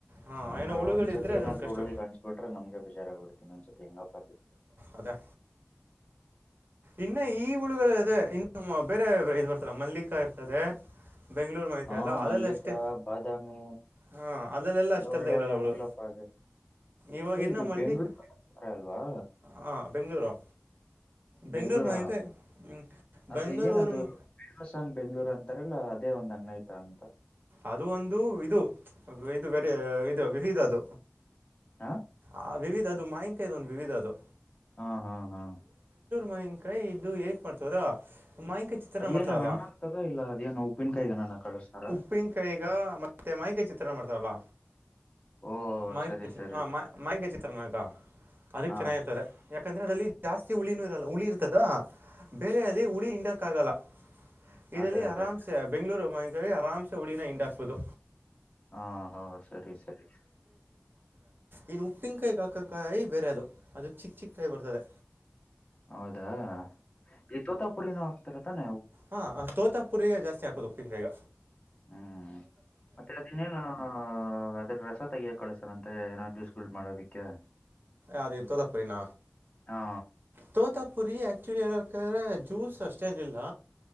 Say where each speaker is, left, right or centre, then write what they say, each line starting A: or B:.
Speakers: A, on the right; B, on the left.
A: ಹಾಂ
B: ಆತರ
A: ಏನೋ ಹುಳುಗಳಿದ್ದರೆ
B: ಒಂದ್ಸತಿ
A: ಅದೊಂದು
B: ಏನಾದ್ರೂ
A: ಕಷ್ಟ
B: ಹುಳುಗಳು ಕಾಣಿಸಿ ಬಿಟ್ರೆ ನಮ್ಗೆ ಬೇಜಾರಗ್ಬ ಬಿಡ್ತೀನಿ ಒಂದ್ಸತಿ ಹೆಂಗಪ್ಪ
A: ಅದ ಇನ್ನು ಈ ಹುಳುಗಳ ಅದೆ ಇನ್ನು ಬೇರೆ ಇದ್ ಬರ್ತಲ್ಲ ಮಲ್ಲಿಕ ಇರ್ತದೆ ಬೆಂಗಳೂರು ಮಲ್ಲಿಕಾಯಿ
B: ಹಾ
A: ಎಲ್ಲ ಅದೆಲ್ಲ
B: ಮಲ್ಲಿಕ
A: ಅಷ್ಟೇ
B: ಬಾದಾಮಿ
A: ಹಾಂ ಅದರಲ್ಲೆಲ್ಲ
B: ಎಲ್ಲ
A: ಅಷ್ಟೆಲ್ಲ
B: ಒಳ್ಳೆ
A: ಇರಲ್ಲ
B: ಒಳ್ಳ
A: ಅವಳು
B: ಅಣುಗ್ಲಪ್ಪ ಅದು
A: ಇವಾಗಿನ್ನ
B: ಏ ಇದು
A: ಮಲ್ಲಿಕ್
B: ಬೆಂಗ್ಗಳೂರುರ ಅಲ್ವಾ
A: ಹಾಂ ಬೆಂಗಳೂರು ಬೆಂಗಳೂರು
B: ಬೆಂಗ್ಳೂರ
A: ಮಾವಿನಕಾಯಿ ಹ್ಞೂ
B: ಅದು
A: ಬೆಂಗಳೂರು
B: ಏನದು
A: ಮ
B: ಬೊ ಕಾನ್ ಬೆಂಗ್ಳೂರ್ ಅಂತಾರಲ್ಲ ಅದೇ ಒಂದ್ಣ್ಣ ಯತ ಅಂತ
A: ಅದು ಒಂದು ಇದು ಇದುರೆ ಇದು ವಿವಿಧ ಅದು
B: ಹಾ
A: ಆ ವಿವಿಧ ಅದು ಮಾಹಿಕ ಇದು ಒಂದು ವಿವಿಧ ಅದು
B: ಹಾ ಹಾ ಹಾ
A: ಮನ್ಕೈ ಇದು ಏಕ್ ಮಾಡ್ತದ ಮಾವಿನಕಾಯಿ ಚಿತ್ರನ
B: ಅದೇನ
A: ಮಾಡ್ತಾರಲ್ಲ
B: ಹಣ್ಣಾಗ ಆಗ್ತದ ಇಲ್ಲ ಅದೇನ ಉಪ್ಪಿನಕಾಯಿಗೇ ನಾನ ಕಳಿಸಸ್ತಾರ
A: ಉಪ್ಪಿನಕಾಯಿಗ ಮತ್ತೆ ಮೈಂಕೈ ಚಿತ್ರನ್ನ ಮಾಡ್ತಾವಲ್ಲ
B: ಓ
A: ಮಯ
B: ಸರಿ
A: ಚಿ
B: ಸರಿ
A: ಹ ಮಯಂಕ ಚಿತ್ರನಗಾ ಅದಕ್
B: ಹಾ
A: ಚೆನ್ನಾಗಿರ್ತದೆ ಯಾಕಂದ್ರೆ ಅಲ್ಲಿ ಜಾಸ್ತಿ ಹುಳಿನೂ ಇರಲ್ಲ ಹುಳಿ ಇರ್ತದ ಬೇರೆ ಅದೇ ಹುಳಿ ಹಿಂಡಕ್ಕಾಗಲ್ಲ ಇದರಲ್ಲಿ
B: ಅದೇ ಅದೇ
A: ಆರಾಮ್ಸೆ ಬೆಂಗಳೂರುಮಾವಿನಕಾಯಿ ಆರಾಮ್ಸೆ ಉಳಿನ ಹಿಂಡಾಕ್ಬಹುದು
B: ಹಾ ಹಾ ಸರಿ ಸರಿ
A: ಇನ್ ಉಪ್ಪಿನಕಾಯಿಗ ಹಾಕಕಾಯಿ ಬೇರೆ ಅದು ಅದು ಚಿಕ್ಕ ಚಿಕ್ಕ ಕಾಯಿ ಬರ್ತದೆ
B: ಹೌದಾ ಈ ತೋತಾಪುರಿನೂ ಆಗ್ತಾರತಾನೆ
A: ಹಾ ತೋತ ಪುರಿರಿಗೆ ಜಾಸ್ತಿ ಹಾಕದು ಉಪ್ಪಿನಕಾಯಗ
B: ಹ್ಮ್ ಮತ್ತೆ ಅದನ್ನೇನ ಅದ್ರ ರಸ ತೆಗಿಯಕ ಕಳ್ಸನಂತೆ ಏನೋ ಜ್ಯೂಸ್ಗಳು ಮಾಡೋದಿಕ್ಕೆ
A: ಅದ ಇತ ತಪ್ಪ್ರಿನ
B: ಹಾ
A: ತೋತಾಪುರಿ ಆಕ್ಚುಲಿ ಹಳ್ಂದ್ರೆ ಜ್ಯೂಸ್ ಅಷ್ಟೇನೀ ಲ್ಲ